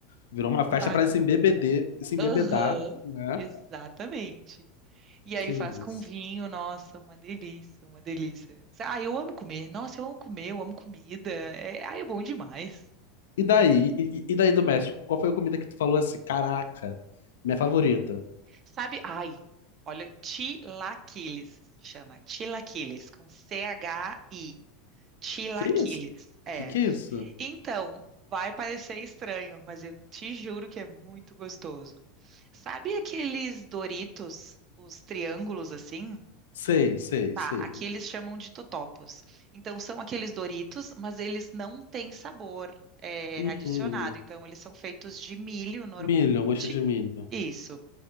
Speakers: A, on the left; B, on the right.
A: Virou uma festa
B: <laughs> Faz.
A: pra se embebeder, se embebedar,
B: Aham,
A: né?
B: exatamente. E aí
A: Que
B: faz
A: isso.
B: com vinho, nossa, uma delícia, uma delícia. Ah, eu amo comer. Nossa, eu amo comer, eu amo comida. É, ah, é bom demais.
A: E daí? E, e- e daí do México? Qual foi a comida que tu falou assim? Caraca, minha favorita.
B: Sabe? Ai, olha, tilaquiles, chama tilaquiles, com C-H-I, tilaquiles.
A: Que isso?
B: É.
A: Que que é isso?
B: Então, vai parecer estranho, mas eu te juro que é muito gostoso. Sabe aqueles Doritos, os triângulos assim?
A: Sei, sei,
B: Tá,
A: sei.
B: aqui eles chamam de totopos. Então, são aqueles Doritos, mas eles não têm sabor é,
A: Hum,
B: adicionado.
A: hum.
B: Então, eles são feitos de milho normalmente.
A: milho, eu gosto de milho.
B: Isso.